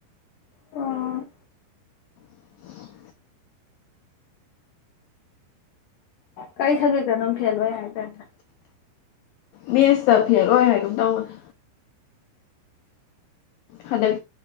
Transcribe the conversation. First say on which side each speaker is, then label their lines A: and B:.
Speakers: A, on the left (about 65°); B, on the left (about 85°).
A: ꯑꯣ
B: ꯎꯝ
A: ꯀꯩ ꯁꯄꯖꯦꯇꯅꯣ ꯐꯦꯜꯑꯣꯏ ꯍꯥꯏꯗꯥꯏꯅꯦ
B: ꯃꯦꯠꯁꯇ ꯐꯦꯜ ꯑꯣꯏ ꯍꯥꯏꯒꯨꯝ ꯇꯧꯕꯅꯦ ꯍꯟꯗꯛ